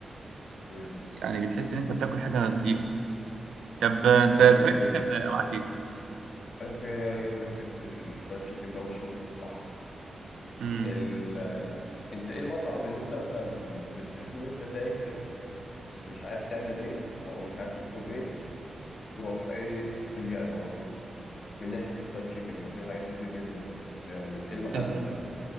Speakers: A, on the left; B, on the right.
A: امم
B: يعني بتحس ان انت بتاكل حاجه نظيفه طب آه،
A: طب
B: انت
A: اقول
B: الفرايد
A: لك ايه
B: تشيكن آه، معاك ايه؟
A: بس جاي اجيب لك سيره الفرايد تشيكن بقى والشغل الصح
B: امم
A: ال انت ايه المطعم اللي انت مثلا بتحس ان انت تايه كده مش عارف تعمل ايه او مش عارف تطلب ايه تروح ايه بتلجأ له على طول من ناحيه كفرايد تشيكن ده في حاجات كتير جدا بس يعني ايه المحل
B: آه،
A: بقى اللي